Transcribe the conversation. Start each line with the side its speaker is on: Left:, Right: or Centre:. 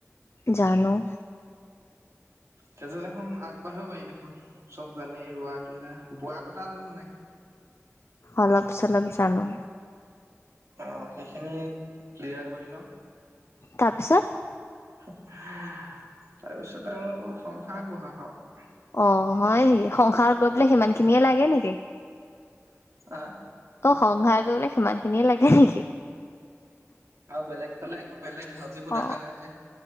Left: জানোঁ।
Right: তেতিয়া দেখোন আগবাঢ়িব পাৰি দেখোন। চব জানেই ৰোৱা, তোলা। বোৱা-কটা জানে নাই?
Left: অলপ-চলপ জানোঁ।
Right: অ' সেইখিনি ক্লিয়াৰ কৰি লওক!
Left: তাৰপিছত?
Right: তাৰপিছত আৰু সংসাৰ আগবঢ়াওক আওঁ।
Left: অ', হয় নেকি সংসাৰ গৈ পেলাই সিমান খিনিয়ে লাগে নেকি?
Right: আহ
Left: অ', সংসাৰ কৰিবলৈ সিমান খিনিয়ে লাগে নেকি?
Right: আৰু বেলেগ ফালে একো বেলেগ ধাউতিবোৰ
Left: অ
Right: দেখা নাই যে।